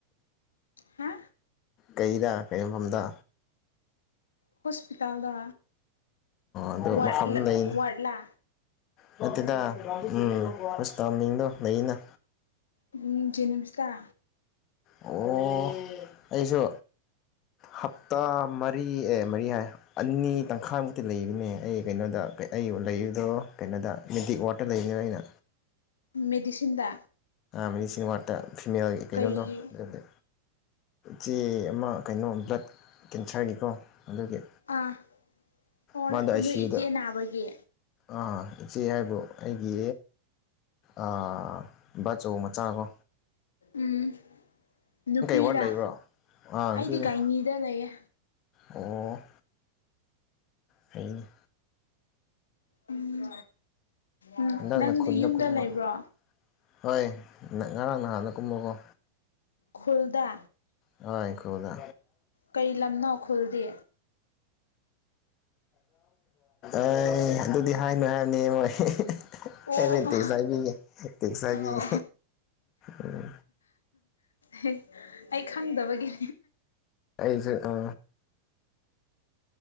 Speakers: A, on the left (about 70°); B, on the left (about 35°).
A: ꯍꯥ
B: ꯀꯩꯗ ꯀꯩꯌꯐꯝꯗ
A: ꯍꯣꯁꯄꯤꯇꯥꯜꯗ
B: ꯑꯗꯨ
A: ꯋꯥꯠꯂꯞ
B: ꯃꯐꯝ ꯂꯩꯅ
A: ꯋꯥꯠꯂ
B: ꯅꯠꯇꯦꯗ ꯎꯝ ꯍꯣꯁꯇꯥꯜꯃꯤꯡꯗꯣ ꯂꯩꯅ
A: ꯎꯝ ꯖꯦꯅꯤꯝꯁꯇ
B: ꯑꯣ ꯑꯩꯁꯨ ꯍꯞꯇꯥ ꯃꯔꯤ ꯑꯦ ꯃꯔꯤ ꯍꯥꯏ ꯑꯅꯤ ꯇꯪꯈꯥꯏꯃꯨꯛꯇꯤ ꯂꯩꯕꯅꯦ ꯑꯩ ꯀꯩꯅꯣꯗ ꯑꯩ ꯂꯩꯗꯣ ꯀꯩꯅꯣꯗ ꯃꯤꯗꯤꯛ ꯋꯥꯠꯇ ꯂꯩꯕꯅꯦꯕ ꯑꯩꯅ
A: ꯃꯦꯗꯤꯁꯤꯟꯗ
B: ꯃꯦꯁꯤ ꯋꯥꯠꯇ ꯐꯤꯃꯦꯜꯒꯤ ꯀꯩꯅꯣꯗꯣ
A: ꯀꯩꯒꯤ
B: ꯑꯗꯨꯗꯤ ꯆꯦ ꯑꯃ ꯀꯩꯅꯣ ꯕ꯭ꯂꯠ ꯀꯦꯟꯁꯔꯒꯤꯀꯣ ꯑꯗꯨꯒꯤ
A: ꯑꯥ ꯑꯣ
B: ꯃꯥꯗꯣ ꯑꯥꯏ
A: ꯅꯣꯏ
B: ꯁꯤ ꯌꯨꯗ
A: ꯏꯆꯦ ꯅꯥꯕꯒꯤ
B: ꯑꯥ ꯏꯆꯦ ꯍꯥꯏꯕꯨ ꯑꯩꯒꯤ ꯑꯥ ꯕꯥ ꯆꯧ ꯃꯆꯥꯥꯒꯣ
A: ꯎꯝ ꯅꯨꯄꯤꯔꯥ
B: ꯋꯥꯔꯗ ꯂꯩꯕ꯭ꯔꯣ ꯑꯥ ꯅꯨꯄꯤꯅꯦ
A: ꯑꯩꯗꯤ ꯒꯥꯏꯅꯤꯗ ꯂꯩꯌꯦ
B: ꯑꯣ ꯐꯩꯅꯤ
A: ꯎꯝ ꯎꯝ
B: ꯍꯟꯗꯛꯅ
A: ꯅꯪꯗꯤ
B: ꯈꯨꯟꯗ
A: ꯌꯨꯝꯗ
B: ꯀꯨꯝꯕꯀꯣ
A: ꯂꯩꯕ꯭ꯔꯣ
B: ꯍꯣꯏ ꯉꯔꯥꯡ ꯅꯍꯥꯟꯅ ꯀꯨꯝꯕꯀꯣ
A: ꯈꯨꯜꯗ
B: ꯉꯥꯏꯈꯣꯗ
A: ꯀꯩ ꯂꯝꯅꯣ ꯈꯨꯜꯗꯤ
B: ꯑꯦ ꯑꯗꯨꯗꯤ ꯍꯥꯏꯅꯨ ꯍꯥꯏꯅꯤ ꯃꯣꯏ
A: ꯑꯣ
B: ꯑꯦꯃꯤ
A: ꯍꯣ
B: ꯇꯦꯛꯁꯇ ꯍꯥꯏꯕꯤꯒꯦ ꯇꯦꯛꯁꯇ ꯍꯥꯏꯕꯤꯒꯦ
A: ꯑꯣ
B: ꯎꯝ
A: ꯑꯩ ꯑꯩ ꯈꯪꯗꯕꯒꯤ
B: ꯑꯩꯁꯦ ꯑ